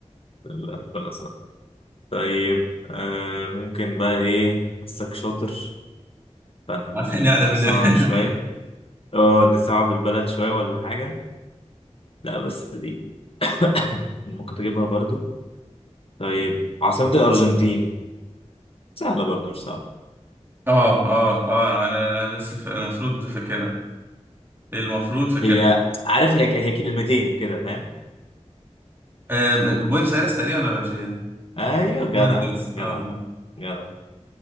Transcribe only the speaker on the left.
اللي ربنا ستر طيب آه ممكن بقى ايه حسك شاطر فنصعب
شوية اه نصعب البلد شوية ولا حاجة لا بس دي <coughs> ممكن تجيبها برضو طيب عاصمة الأرجنتين سهلة برضو مش صعبة
هي عارف هي هي كلمتين كده فاهم
ايوه جدع
جدع
جدع